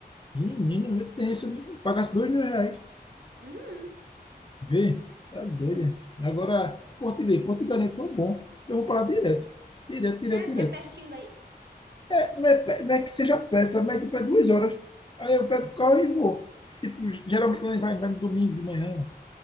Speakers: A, on the left (about 30°); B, on the right (about 80°).
A: Menino, tem tenso, viu? pagasse dois mil reais.
B: Uhum.
A: Vê, tá doida. Agora, português, português é tão bom. Eu vou para lá direto. Direto, direto,
B: É,
A: direto.
B: é pertinho daí?
A: É, não, é, pe- não é que seja perto, sabe? Mas tipo, é duas horas. Aí eu pego o carro e vou. Tipo, geralmente quando a gente vai, vai no domingo de manhã.